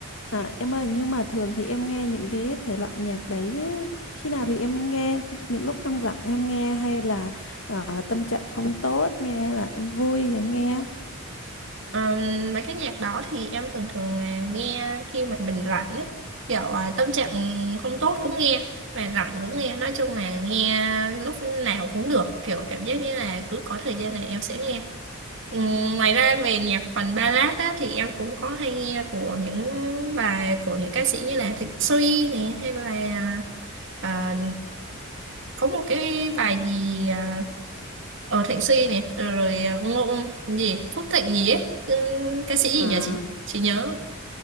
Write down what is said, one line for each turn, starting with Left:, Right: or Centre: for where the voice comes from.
Left: à em ơi nhưng mà thường thì em nghe những cái thể loại nhạc đấy thế khi nào thì em nghe những lúc em rảnh em nghe hay là ờ, tâm trạng không tốt nghe hay là em vui thì em nghe
Right: Ờm, mấy cái nhạc đó thì em thường thường là nghe khi mà mình rảnh ấy kiểu à, tâm trạng không tốt cũng nghe mà rảnh cũng nghe nói chung là nghe lúc nào cũng được kiểu cảm giác như là cứ có thời gian này em sẽ nghe Ừm, ngoài ra về nhạc phần ballad á, thì em cũng có hay nghe của những bài của những ca sĩ như là Thịnh Suy nè hay là à, có một cái bài gì à, ở Thịnh Suy này rồi, rồi à, Ngô gì Phúc Thịnh gì ấy Ừm, ca sĩ gì
Left: à
Right: nhỉ chị chị nhớ